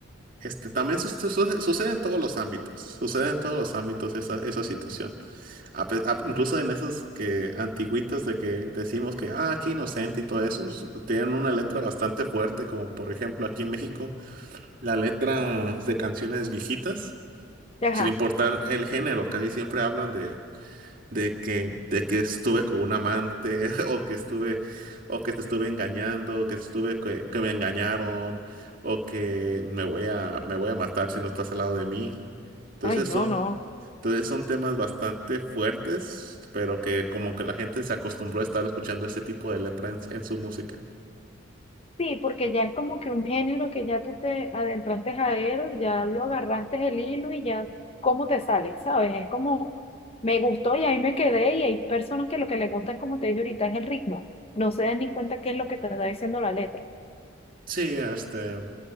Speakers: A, on the right; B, on the left.
A: Este, también sus- su- sucede en todos los ámbitos, sucede en todos los ámbitos esa, esa situación, A pe- a- incluso en esas que antiguitas de que decimos que, ah, aquí inocente y todo eso, s- tienen una letra bastante fuerte, como por ejemplo aquí en México, la letra de canciones viejitas,
B: Ajá,
A: sin importar el género, casi siempre hablan de, de que, de que estuve con un amante, <laughs> o que estuve, o que te estuve engañando, o que estuve que, que me engañaron, o que me voy a, me voy a matar si no estás al lado de mí. Entonces
B: ay, no,
A: son,
B: no.
A: entonces son temas bastante fuertes, pero que como que la gente se acostumbró a estar escuchando ese tipo de letra en, en su música.
B: Sí, porque ya es como que un género que ya tú te adentraste a él, ya lo agarraste el hilo y ya cómo te sale, ¿sabes? Es como, me gustó y ahí me quedé y hay personas que lo que les gusta es como te dije ahorita, es el ritmo. No se dan ni cuenta qué es lo que te está diciendo la letra.
A: Sí, este.